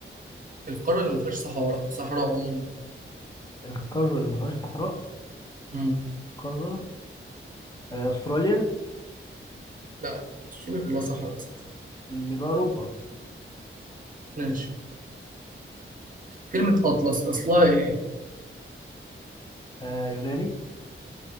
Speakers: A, on the right; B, on the left.
A: القارة اللي ما فيهاش صحراء صحراء عموما
B: القارة اللي ما فيهاش صحراء
A: مم.
B: قارة أه... أستراليا
A: لا استراليا كلها صحراء اساسا
B: م، يبقى أوروبا
A: ماشي كلمة أطلس أصلها إيه؟
B: أه... يوناني